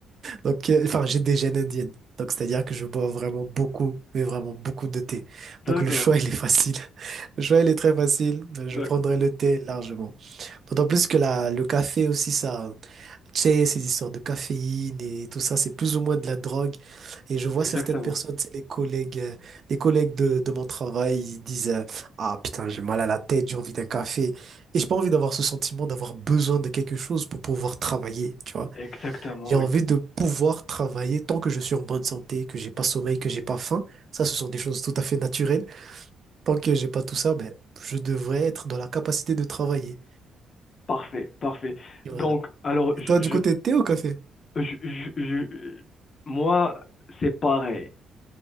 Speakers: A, on the right; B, on the left.
A: Donc, euh, enfin, j'ai des gènes indiennes. Donc, c'est-à-dire que je bois vraiment beaucoup, mais vraiment beaucoup de thé.
B: d'accord,
A: Donc, le choix, il est facile. <laughs> Le choix, il est très facile. Je
B: d'accord.
A: prendrai le thé largement. D'autant plus que la, le café aussi, ça. tu sais, ces histoires de caféine et tout ça, c'est plus ou moins de la drogue. Et je vois
B: Exactement,
A: certaines personnes, c'est les collègues, euh, les collègues de, de mon travail, ils disent euh, Ah putain, j'ai mal à la tête, j'ai envie d'un café. Et j'ai pas envie d'avoir ce sentiment d'avoir besoin de quelque chose pour pouvoir travailler, tu vois.
B: exactement,
A: J'ai envie
B: oui.
A: de pouvoir travailler tant que je suis en bonne santé, que j'ai pas sommeil, que j'ai pas faim. Ça, ce sont des choses tout à fait naturelles. Tant que j'ai pas tout ça, ben, je devrais être dans la capacité de travailler.
B: Parfait, parfait.
A: Et Voilà.
B: Donc, alors,
A: Et toi,
B: je,
A: du côté, t'es au café?
B: Je, je- je- moi, c'est pareil.